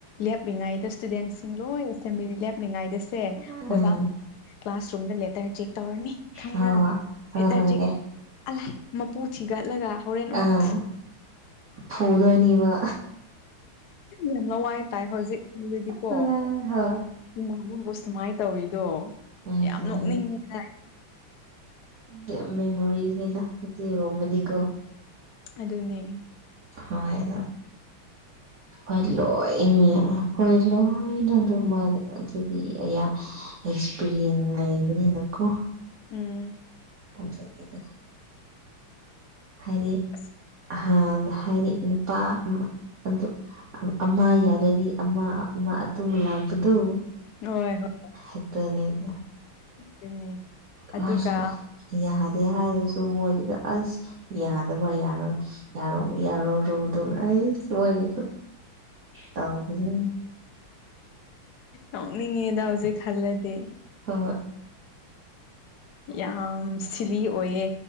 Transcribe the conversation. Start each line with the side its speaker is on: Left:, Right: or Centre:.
Left: ꯂꯦꯞꯂꯤꯉꯩꯗ ꯏꯁꯇꯨꯗꯦꯟꯁꯤꯡ ꯂꯣꯏ ꯁꯦꯝꯕ꯭ꯂꯤ ꯂꯦꯞꯂꯤꯉꯩꯗꯁꯦ
Right: ꯎꯝ
Left: ꯑꯣꯖꯥ ꯀ꯭ꯂꯥꯁꯔꯨꯝꯗ ꯂꯦꯇꯔ ꯆꯦꯛ ꯇꯧꯔꯅꯤ ꯈꯪꯕ꯭ꯔꯥ
Right: ꯍꯣꯏ ꯍꯣꯏ
Left: ꯂꯦꯇꯔ
Right: ꯍꯣꯏꯅꯦ
Left: ꯆꯦꯛ ꯇꯧꯕ ꯑꯂꯥꯏ ꯃꯄꯨ ꯊꯤꯒꯠꯂꯒ ꯍꯣꯔꯦꯟ ꯑꯃꯨꯛ
Right: ꯑꯥ ꯐꯨꯗꯣꯏꯅꯤꯕ
Left: ꯌꯥꯝ ꯂꯥꯋꯥꯏ ꯇꯥꯏ ꯍꯧꯖꯤꯛꯗꯤꯀꯣ
Right: ꯍꯣꯏ
Left: ꯏꯃ ꯑꯃꯕꯨ ꯁꯨꯃꯥꯏꯅ ꯇꯧꯔꯤꯗꯣ
Right: ꯎꯝ
Left: ꯌꯥꯝ
Right: ꯍꯣꯏꯅꯦ
Left: ꯅꯣꯛꯅꯤꯡꯉꯦ
Right: ꯃꯦꯝ ꯃꯦꯃꯣꯔꯤꯅꯤꯗ ꯎꯗꯤꯒꯨꯝꯕꯗꯤꯀꯣ
Left: ꯑꯗꯨꯅꯤ
Right: ꯍꯥꯎꯋꯦꯗ ꯑꯩꯈꯣꯏ ꯂꯣꯏꯃꯦ ꯑꯩꯈꯣꯏ ꯂꯣꯏꯅ ꯑꯗꯨ ꯑꯗꯨꯗꯤ ꯑꯌꯥ ꯑꯦꯛꯁꯄꯤꯔꯤꯌꯦꯟ ꯂꯩꯕꯅꯤꯅꯀꯣ
Left: ꯎꯝ
Right: ꯑꯗꯨꯒꯤꯗꯣ ꯍꯥꯏꯔꯤ
Left: ꯑꯁ
Right: ꯑ ꯍꯥꯏꯔꯤ ꯅꯨꯄꯥ ꯑꯗꯨ ꯑꯃ ꯌꯥꯔꯗꯤ ꯑꯃ ꯑꯃ ꯑꯗꯨꯝ ꯂꯥꯛꯄꯗꯣ
Left: ꯍꯣꯏ ꯍꯣꯏ
Right: ꯑꯗꯨꯅꯤꯗ
Left: ꯑꯗꯨꯅꯤ ꯑꯗꯨꯒ
Right: ꯃꯣꯏꯁꯨ ꯌꯥꯗꯦ ꯍꯥꯏꯔꯁꯨ ꯃꯣꯏꯗ ꯑꯁ ꯌꯥꯗꯕ ꯌꯥꯔꯣꯏ ꯌꯥꯔꯣ ꯌꯥꯔꯣ ꯔꯨꯗꯣ ꯑꯩ ꯃꯣꯏꯒꯤꯗꯣ ꯇꯧꯕꯅꯤ
Left: ꯅꯣꯛꯅꯤꯡꯉꯦꯗ ꯍꯧꯖꯤꯛ ꯈꯜꯂꯗꯤ
Right: ꯍꯣ ꯍꯣ
Left: ꯌꯥꯝ ꯁꯤꯂꯤ ꯑꯣꯏꯌꯦ